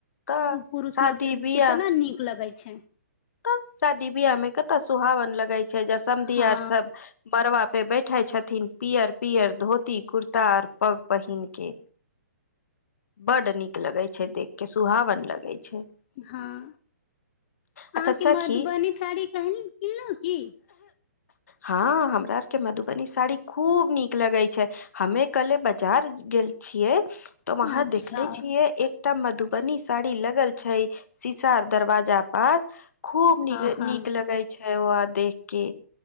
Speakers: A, on the left; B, on the left.
A: तऽ
B: पुरुष
A: शादी
B: लोकोगके
A: बियाह
B: केितना नीक लगै छै
A: तऽ शादी बिियाह मे कतऽ सुहावन लगै छै जँ समघी
B: हँ
A: आर सब बरबा पे बैठे छथिन पियर पियर धोती कुर्ता आर पग पहिनक के बड्ड नीक लगै छै देख के सुहावन लगै छै
B: हँ अहाँके
A: अच्छा सखी
B: मधुबनी साड़ी किनलहुँ की
A: हँ हमरा आर के मधुबनी साड़ी खूब नीक लगै छै हमे कले बाजार गेल छियै तऽ वहााँ
B: अच्छा
A: देखले छियै एक टा मधुबनी साड़ी लगल छै शीसार दरवाजा पास खूब नीक
B: हँ हँ
A: नीक लगै छै ओ देख के